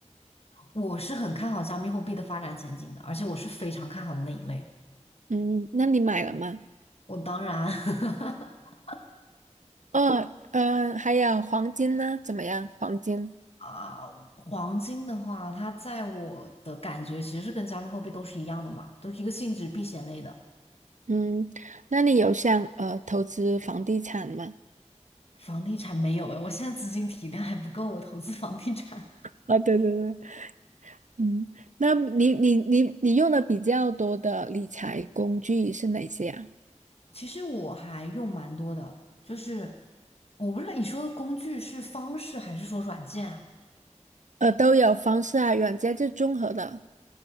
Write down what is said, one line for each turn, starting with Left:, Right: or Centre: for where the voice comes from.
Left: 我是很看好加密货币的发展前景的，而且我是非常看好的那一类。
Right: 嗯，那你买了吗？
Left: 我当然。<laughs>
Right: 哦，嗯、还有黄金呢？怎么样？黄金？
Left: 啊，黄金的话，它在我的感觉其实是跟加密货币都是一样的嘛，都是一个性质避险类的。
Right: 嗯，那你有想呃投资房地产吗？
Left: 房地产没有哎，我现在资金体量还不够，我投资房地产。
Right: 啊、对对对，嗯，那你你你你用的比较多的理财工具是哪些啊？
Left: <laughs> 其实我还用蛮多的，就是我不知道你说的工具是方式还是说软件啊？
Right: 呃，都有方式啊，软件就综合的，